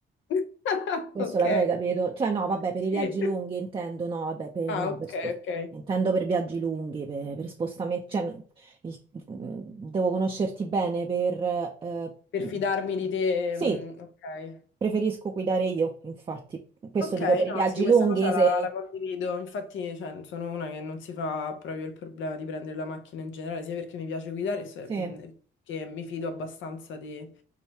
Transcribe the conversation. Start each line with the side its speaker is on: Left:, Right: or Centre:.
Left: <laughs>
Right: Questo
Left: Ok,
Right: l'avrei capito. Cioè, no, vabbè, per
Left: sì.
Right: i viaggi lunghi intendo, no, vabbè, per,
Left: Ah,
Right: no,
Left: ok,
Right: per spos-
Left: ok.
Right: intendo per viaggi lunghi, per, per spostamenti. Cioè, no, il- mm, devo conoscerti bene per... eh,
Left: per
Right: mm,
Left: fidarmi di te.
Right: sì,
Left: mm, ok.
Right: preferisco guidare io, infatti. Questo
Left: Ok,
Right: dico per
Left: no,
Right: i viaggi
Left: sì, questa
Right: lunghi,
Left: cosa
Right: se...
Left: la, la condivido. Infatti, cioè, sono una che non si fa proprio il problema di prendere la macchina in generale, sia perché mi piace guidare, sia
Right: Sì.
Left: mm, perché mi fido abbastanza di,